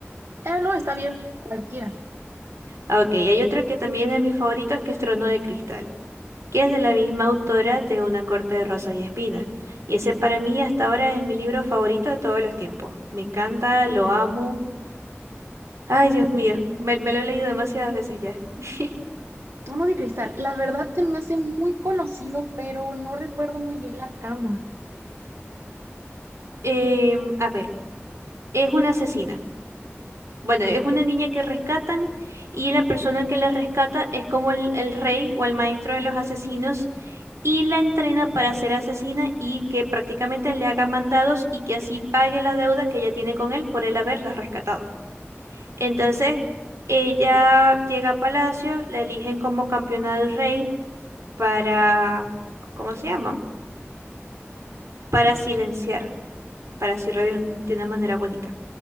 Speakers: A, on the right; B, on the right.
A: Ah, no, está bien, cualquiera.
B: Ah, Ok, y hay otro que también es de mis favoritos, que es Trono de Cristal, que es de la misma autora de Una corte de rosas y espinas. Y ese para mí hasta ahora es mi libro favorito de todos los tiempos. Me encanta, lo amo. Ay, Dios mío, me, me lo he leído demasiadas veces ya. <laughs>
A: Tono de cristal. La verdad se me hace muy conocido, pero no recuerdo muy bien la trama.
B: Em, a ver, es una asesina. Bueno, es una niña que rescatan y la persona que la rescata es como el, el rey o el maestro de los asesinos y la entrena para ser asesina y que prácticamente le haga mandados y que así pague la deuda que ella tiene con él por él haberla rescatado. Entonces, ella llega a palacio, la eligen como campeona del rey para, ¿cómo se llama? Para silenciar, para decirlo de un- de una manera bonita.